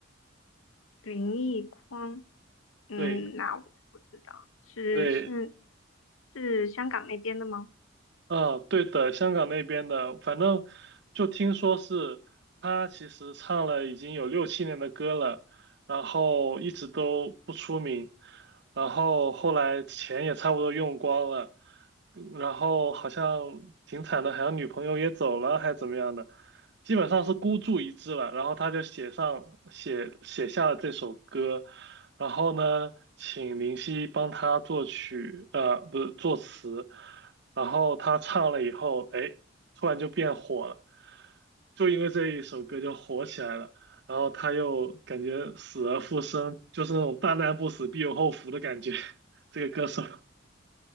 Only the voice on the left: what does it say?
林奕匡，嗯，
那我不知道，是是
是香港那边的吗？